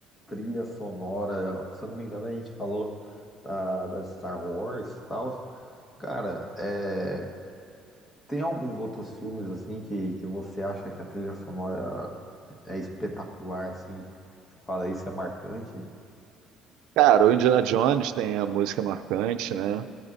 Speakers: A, on the left (about 15°); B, on the right (about 80°).
A: trilha sonora. Se eu não me engano, a gente falou da, da Star Wars e tal. Cara, é, tem alguns outros filmes assim que, que você acha que a trilha sonora é espetacular, assim. Você fala, isso é marcante.
B: Cara, o Indiana Jones tem a música marcante, né?